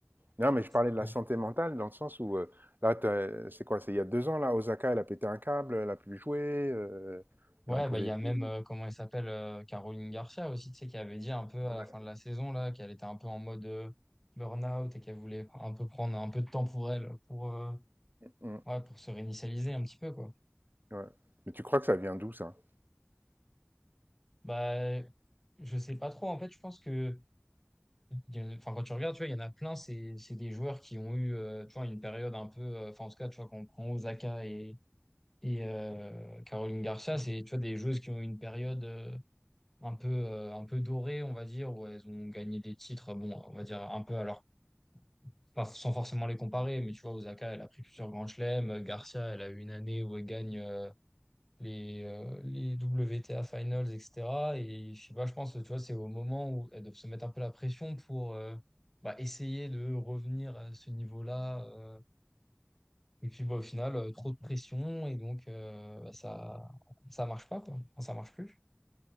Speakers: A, on the right (about 50°); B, in the centre.
A: Non, mais je
B: Ok.
A: parlais de la santé mentale dans le sens où, heu, là, tu c'est quoi? C'est il y a 2 ans, là, Osaka, elle a pété un câble, elle a plus joué, heu,
B: Ouais,
A: elle en pouvait
B: bah, il y
A: plus,
B: a même, euh, comment elle s'appelle, euh, Caroline Garcia aussi, tu sais, qui avait dit un peu à
A: Ouais.
B: la fin de la saison, là, qu'elle était un peu en mode euh, burn-out et qu'elle voulait un peu prendre un peu de temps pour elle, pour, euh,
A: Mmh.
B: ouais, pour se réinitialiser un petit peu, quoi.
A: Ouais. Mais tu crois que ça vient d'où ça?
B: Bah, je sais pas trop, en fait, je pense que, il y en a- enfin, quand tu regardes, tu vois, il y en a plein, c'est, c'est des joueurs qui ont eu, euh, tu vois, une période un peu, euh, enfin, en tout cas, tu vois, quand on prend Osaka et, et euh, Caroline Garcia, c'est, tu vois, des joueuses qui ont eu une période. euh, un peu, euh, un peu dorées, on va dire, où elles ont gagné des titres, bon, on va dire un peu, alors, pas, sans forcément les comparer, mais tu vois, Osaka, elle a pris plusieurs grands chelems, euh, Garcia, elle a eu une année où elle gagne euh, les, euh, les WTA Finals, etc. Et je sais pas, je pense, tu vois, c'est au moment où elles doivent se mettre un peu la pression pour euh, bah, essayer de revenir à ce niveau-là. euh. et puis, bah, au final, euh, trop de pression, et donc, euh, bah, ça, ça marche pas, quoi. Enfin, ça marche plus.